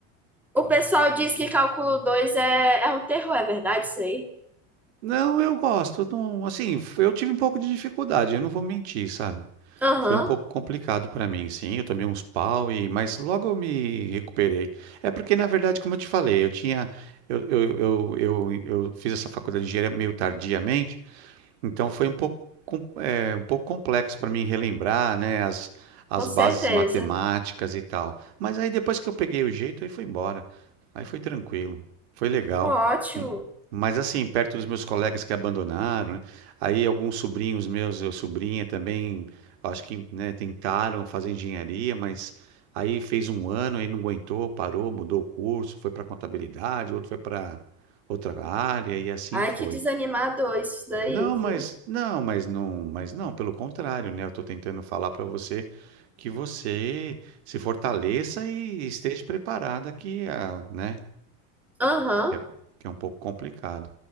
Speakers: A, in the centre; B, on the right.
A: O pessoal diz que cálculo 2 é, é um terror, é verdade isso aí?
B: Não, eu gosto. eu Não, assim, f- eu tive um pouco de dificuldade, eu não vou mentir, sabe?
A: Aham,
B: Foi um pouco complicado para mim, sim. Eu tomei uns pau e, mas logo eu me recuperei. É porque, na verdade, como eu te falei, eu tinha, eu, eu, eu, eu, eu fiz essa faculdade de engenharia meio tardiamente. Então foi um pouco, com- é, um pouco complexo para mim relembrar, né, as, as
A: com certeza.
B: bases matemáticas e tal. Mas aí depois que eu peguei o jeito, aí foi embora. Aí foi tranquilo, foi legal.
A: Ótimo.
B: M- Mas assim, perto dos meus colegas que abandonaram, né, aí alguns sobrinhos meus, eu sobrinha também, acho que, né, tentaram fazer engenharia, mas aí fez um ano, aí não aguentou, parou, mudou o curso, foi para contabilidade, outro foi para outra área e assim
A: Ai,
B: foi.
A: que desanimador isso daí,
B: Não,
A: viu?
B: mas não, mas não, mas não, pelo contrário, né? Eu tô tentando falar para você que você se fortaleça e esteja preparada que, ah, né,
A: Aham.
B: que é, que é um pouco complicado.